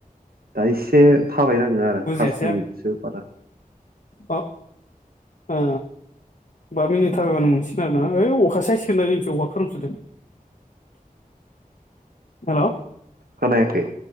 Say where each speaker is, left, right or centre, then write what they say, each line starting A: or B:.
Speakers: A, on the right; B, on the left.
A: दा एसे थाबायनाङो आरो
B: बुजियासै
A: पास मिनिटसो
B: आं
A: बारा
B: अ ओ बा मिनिट थाबायब्लानो मोनसिन आरोना ओइ अखा साइस होनानै जोंथि अखा खोरोमसोदों। हेल'
A: खोनायाखै